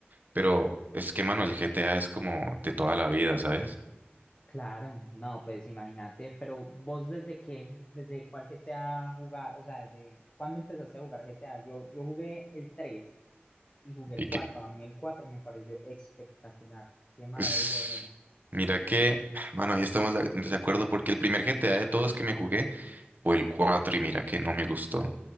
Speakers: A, on the right; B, on the left.
A: Pero es que, mano, el GTA es como de toda la vida, ¿sabes?
B: Claro, no, pues imagínate, pero vos desde qué, desde cuál GTA jugás, o sea, desde cuándo empezaste a jugar GTA? Yo, yo jugué el 3 y jugué
A: Y
B: el 4.
A: que,
B: a mí el 4 me pareció espectacular, qué maravilla
A: es-
B: de juego.
A: mira que, mano, ahí estamos de- en desacuerdo porque el primer GTA de todos que me jugué fue el 4 y mira que no me gustó.